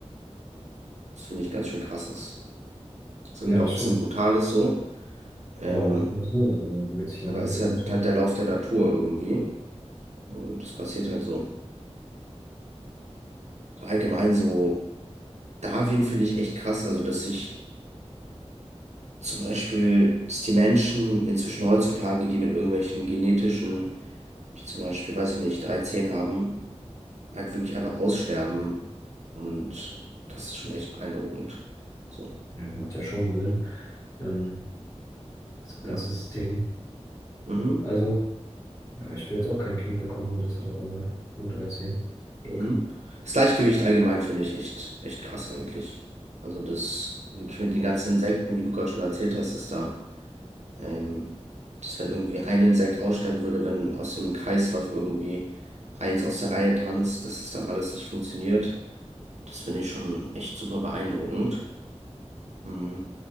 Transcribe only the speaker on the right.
Das finde ich ganz schön krass ist. Ist irgendwie
auch
ein bisschen
brutal ist so, ähm,
aber
es
ist halt, halt der Lauf der Natur irgendwie und es passiert halt so. Allgemein so Darwin finde ich echt krass, also dass sich zum Beispiel, dass die Menschen inzwischen heutzutage, die mit irgendwelchen genetischen, die zum Beispiel, weiß ich nicht, 13 haben, halt wirklich einfach aussterben und das ist schon echt beeindruckend. So,
ja.
Mhm.
Mhm.
Das Gleichgewicht allgemein finde ich echt, echt krass eigentlich. Also das, wirklich mit den ganzen Insekten, wie du gerade schon erzählt hast, ist da, ähm, dass wenn irgendwie ein Insekt aussterben würde, wenn aus dem Kreislauf irgendwie eins aus der Reihe tanzt, dass das dann alles nicht funktioniert. Das finde ich schon echt super beeindruckend. Mhm.